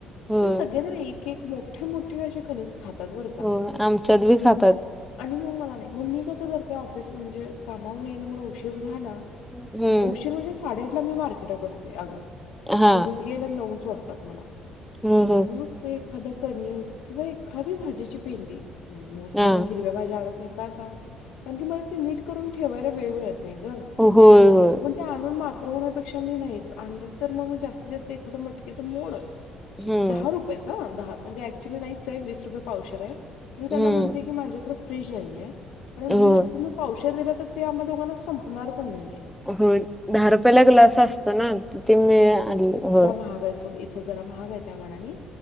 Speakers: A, in the centre; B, on the left (about 75°).
A: हो
B: तर सगळेजण एक, एक, मोठे, मोठे असे कणीस खातात बरं का.
A: हो आमच्यात बी खातात
B: आणि मग मला नाही मग मी कसं करते ऑफिस म्हणजे कामावरून यायला मला उशीर झाला.
A: हम्म
B: उशीर म्हणजे साडेआठला मी मार्केटात असते अगं
A: हा
B: मग घरी यायला नऊच वाजतात मला
A: हो हो
B: मग एखादा कनिस किंवा एखादी भाजीची पेंडी मोस्टली
A: हा
B: मी हिरव्या भाज्या आणत नाही का सांग कारन की मला ते नीट करून ठेवायला वेळ मिळत नाही ग.
A: होय होय
B: ते आणून मात्र होण्यापेक्षा मी नाहीच आणलं तर मग मी जास्तीत, जास्त एखादं मटकीचं मोड
A: हम्म
B: दहा रुपयेचा दहा म्हणजे ऍक्च्युअली नाहीच आहे वीस रुपये पावशेर आहे. मी त्यांना
A: हम्म
B: म्हणते की माझ्याकडे फ्रीज नाही आहे आणि
A: हो
B: तुम्ही पावशेर दिलं तर ते आम्हा दोघांना संपणार पण नाहीये.
A: होय, दहा रुपयया ला ग्लास असतो ना ते मिळ आणि हो.
B: हा बाई सोड इथ जरा महाग आहे त्या मानाने